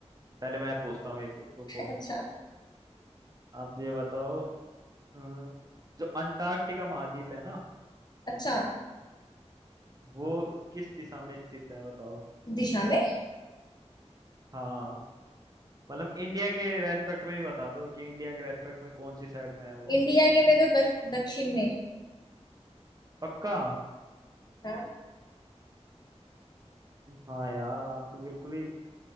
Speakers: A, on the right; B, on the left.
A: पहले मैं पूछता हूँ एक रुको
B: अच्छा
A: आप ये बताओ अ, जो अंटार्कटिका महाद्वीप है ना
B: अच्छा
A: वो किस दिशा में स्थित है बताओ
B: दिशा में
A: हाँ मतलब इंडिया के रेस्पेक्ट में ही बता दो कि इंडिया के रेस्पेक्ट में कौन सी साइड में है वो
B: इंडिया के में तो दक्ष- दक्षिण में
A: पक्का
B: हाँ
A: हाँ यार आप तो बिल्कुल ही